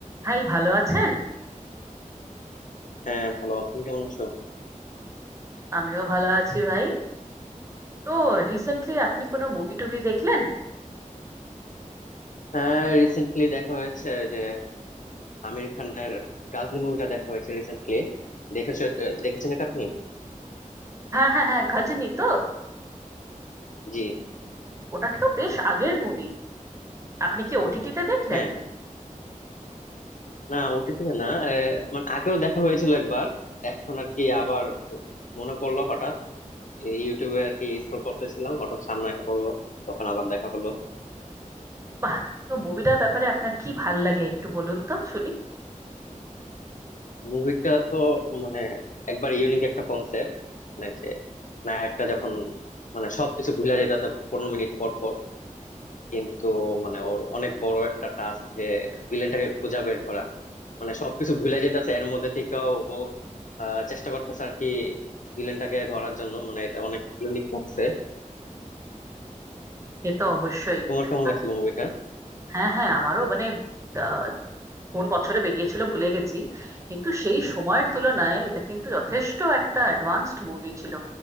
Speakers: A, on the right; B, on the left.
A: ভাই ভালো আছেন
B: হ্যাঁ ভালো আপনি কেমন আছো
A: আমিও ভালো আছি ভাই তো রিসেন্টলি আপনি কোনো মুভি টুভি দেখলেন
B: হ্যাঁ রিসেন্টলি দেখা হয়েছে ওই যে আমির খানের গাজনি মুভিটা দেখা হয়েছে রিসেন্টলি দেখেছো আহ, দেখেছেন এটা আপনি
A: হ্যাঁ হ্যাঁ হ্যাঁ গজনী তো
B: জি
A: ওটা তো বেশ আগের মুভি আপনি কি ওটিটিতে দেখলেন
B: হ্যাঁ না ওটিটিতে না আহ, মানে আগেও দেখা হয়েছিল একবার এখন আর কি আবার মনে পড়লো হঠাৎ এই ইউটিউবে আর কি স্ক্রল করতেছিলাম হঠাৎ সামনে এসে পড়লো তখন আবার দেখা হলো
A: বাহ তো মুভিটার ব্যাপারে আপনার কি ভাল লাগে একটু বলুন তো শুনি
B: মুভিটা তো মানে একবার ইউনিক একটা কনসেপ্ট মানে যে নায়কটা যখন মানে সবকিছু ভুলা যাইতেছে পনেরো মিনিট পর পর কিন্তু মানে ওর অনেক বড় একটা টাস্ক যে ভিলেনটাকে খুঁজে বের করা মানে সবকিছু ভুলে যেতেছে এর মধ্যে থেকেও ও আহ, চেষ্টা করতেছে আর কি ভিলেনটাকে ধরার জন্য মানে এটা অনেক ইউনিক লাগছে
A: এ তো অবশ্যই
B: তোমার কেমন
A: আহ,
B: লাগছিল মুভিটা
A: হ্যাঁ হ্যাঁ আমারও মানে আহ, কোন বছরে বেরিয়েছিল ভুলে গেছি কিন্তু সেই সময়ের তুলনায় এটা কিন্তু যথেষ্ট একটা অ্যাডভান্সড মুভি ছিল